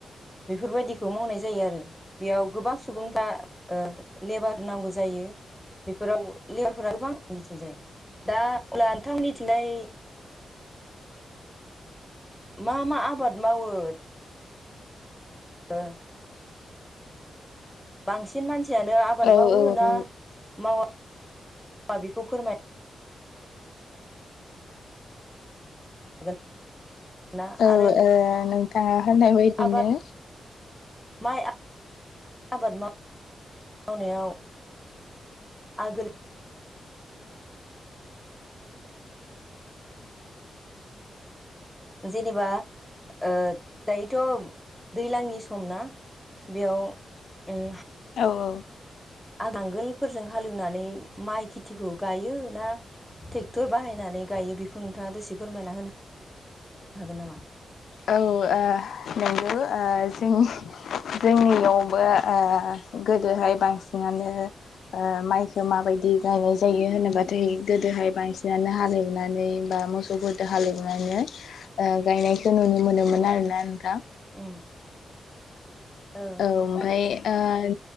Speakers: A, in the centre; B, on the left.
A: बेफोरबायदिखौ मावनाय जायो आरो बेयाव गोबां सुबुंफ्रा लेबार नांगौ जायो बेफोराव लेयारफोरा गोबां मिथिंजाय दा अब्ला नोंथां मिथिंनाय मा मा आबाद मावो दा
B: <inaudible>
A: बांसिन मानसियानो आबाद
B: औ
A: मावो
B: औ
A: ना
B: औ
A: मावा मावा बेखौ फोरमाय हागोन ना
B: औ
A: आरो
B: ओ नोंथाङा होननाय बायदिनो।
A: आबाद माइ <unintelligible> आबाद मावनायाव आगोल जेनेबा ओ दायोथ' दैज्लांनि सम ना बेयाव उम
B: औ औ।
A: आ नांगोलफोरजों हालेवनानै माइ खेथिखौ गायो ना ट्रेक्टर बाहायनानै गायो बेखौ नोंथाङा दसे फोरमायना होनो ह हागोन नामा
B: औ नंगौ जों जोंनियावबो गोदोहाय बांसिनानो माइखौो माबायदि गायनाय जायो होनोबाथाय गोदोहाय बांसिनानो हालेवनानै बा मोस गोदो हालेवनानै गायनायखौ नुनो मोनोमोन आरोना नोंथां।
A: उम औ।
B: औ ओमफ्राय ओ